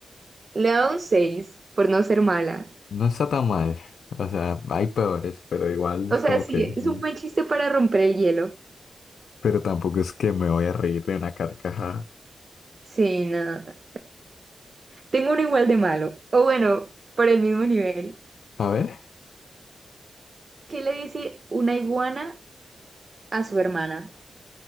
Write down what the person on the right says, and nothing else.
le daba un 6 por no ser mala.
O
sea,
sí,
es un buen chiste para romper el hielo.
Sí, nada. Tengo uno igual de malo. O bueno, por el mismo nivel.
¿Qué le dice una iguana a su hermana?